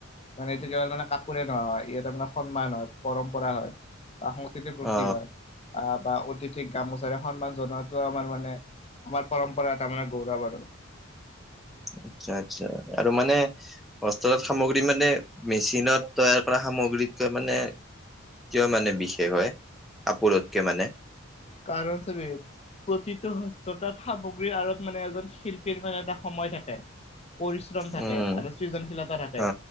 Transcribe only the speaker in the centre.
অ
<inaudible> আচ্ছা আচ্ছা আৰু মানে হষ্টেলত সামগ্ৰী মানে মেচিনত তৈয়াৰ কৰা সামগ্ৰীত মানে কিয় মানে বিশেষ হয় কপোৰতকে মানে,
উম
অ